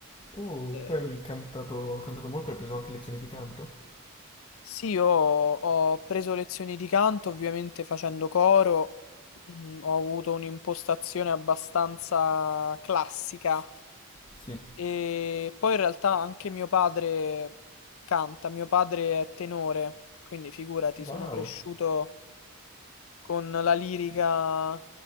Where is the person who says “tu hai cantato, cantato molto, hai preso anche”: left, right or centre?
Left